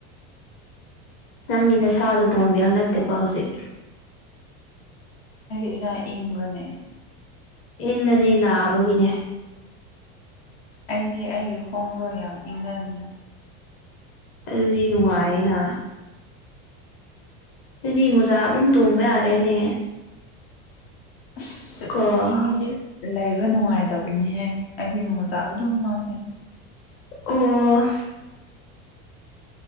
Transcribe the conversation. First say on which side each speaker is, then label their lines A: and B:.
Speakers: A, on the left; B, on the left.
A: ꯅꯪꯒꯤ
B: ꯑꯁ
A: ꯅꯁꯥꯗ ꯇꯣꯡꯕꯤꯌꯣ ꯅꯠꯇꯦꯕꯣ ꯍꯧꯖꯤꯛ
B: ꯑꯩꯒꯤ ꯏꯆꯥ ꯏꯪꯕ꯭ꯔꯅꯦ
A: ꯏꯪꯅꯅꯤ ꯅꯥꯕꯒꯤꯅꯦ
B: ꯑꯩꯗꯤ ꯑꯩꯒꯤ ꯈꯣꯡꯗꯣ ꯌꯥꯝ ꯏꯪꯒꯟꯅꯤꯅ
A: ꯑꯗꯨꯗꯤ ꯅꯨꯡꯉꯥꯏꯌꯦꯅ ꯑꯗꯨꯗꯤ ꯃꯨꯖꯥ ꯑꯗꯨꯝ ꯇꯣꯡꯕ ꯌꯥꯔꯦꯅꯦ
B: ꯑꯁ
A: ꯀꯣ
B: ꯏꯪꯉꯗꯤ ꯂꯩꯕ ꯅꯨꯡꯉꯥꯏꯇꯕꯅꯤꯍꯦ ꯑꯩꯗꯤ ꯃꯣꯖꯥ ꯑꯗꯨꯝ ꯍꯥꯞꯄꯦ
A: ꯑꫭ꯫